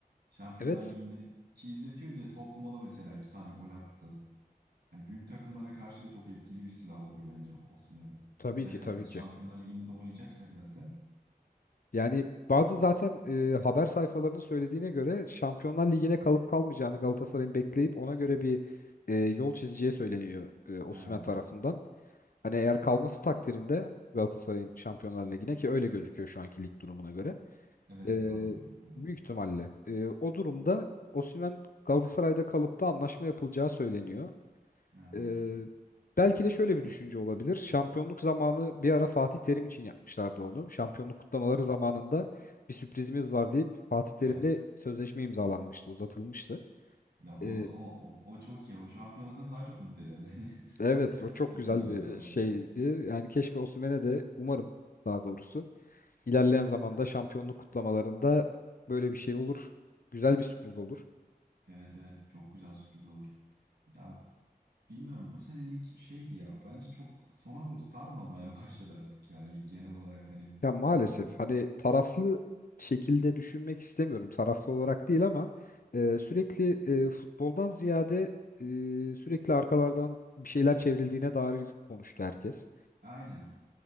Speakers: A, on the right (about 80°); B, on the left (about 60°).
A: Şampiyonlar
B: Evet,
A: Ligi'nde ki izletiyor bize. Tottenham'a da mesela iki tane gol attı. Hani büyük takımlara karşı da çok etkili bir silah olur bence Osimhen.
B: tabii
A: Özellikle
B: ki tabii
A: eğer Şampiyonlar
B: ki.
A: Ligi'nde de oynayacaksak zaten.
B: Yani bazı zaten e, haber sayfalarının söylediğine göre Şampiyonlar Ligi'ne kalıp kalmayacağını Galatasaray'ın bekleyip ona göre bir e, yol çizeceği söyleniyor e, Osimhen
A: Ha,
B: tarafından. Hani eğer kalması takdirinde Galatasaray'ın Şampiyonlar Ligi'ne ki öyle gözüküyor şu anki lig durumuna göre.
A: evet
B: Ee,
A: evet kalır büyük ihtimal ya.
B: büyük ihtimalle. Ee, o durumda Osimhen Galatasaray'da kalıp da anlaşma yapılacağı söyleniyor.
A: Ha,
B: Ee, belki de şöyle bir düşünce olabilir. Şampiyonluk zamanı bir ara Fatih Terim için yapmışlardı onu. Şampiyonluk kutlamaları zamanında bir sürprizimiz var deyip Fatih Terim'le
A: evet.
B: sözleşme imzalanmıştı, uzatılmıştı.
A: Ya o,
B: Ee,
A: o, o, o çok iyi. O şampiyonluktan daha çok mutlu eder beni.
B: evet,
A: <laughs>
B: o çok
A: Osimhen'in
B: güzel bir
A: kalması.
B: şeydi. Yani keşke Osimhen'e de umarım daha doğrusu ilerleyen zamanda şampiyonluk kutlamalarında böyle bir şey olur. Güzel bir sürpriz olur.
A: Evet evet çok güzel sürpriz olur. Ya Bilmiyorum bu senelik şeydi ya bence çok sona doğru sarmamaya <laughs> başladı artık ya lig genel olarak hani
B: Ya maalesef
A: bir
B: hani taraflı şekilde düşünmek istemiyorum. Taraflı olarak değil ama e, sürekli e, futboldan ziyade e, sürekli arkalardan bir şeyler çevrildiğine dair konuştu herkes.
A: aynen